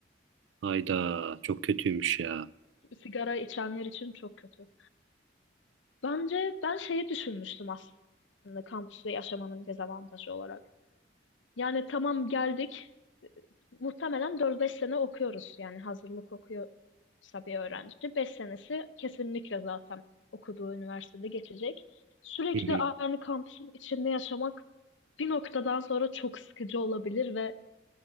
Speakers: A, on the right; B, on the left.
A: Hayda çok kötüymüş ya.
B: Sigara içenler için çok kötü. Bence ben şeyi düşünmüştüm aslında kampüste yaşamanın dezavantajı olarak. Yani tamam geldik. Muhtemelen dört beş sene okuyoruz. Yani hazırlık okuyorsa bir öğrenci. beş senesi kesinlikle zaten okuduğu üniversitede geçecek. Sürekli
A: Hı hı.
B: aynı kampüsün içinde yaşamak bir noktadan sonra çok sıkıcı olabilir ve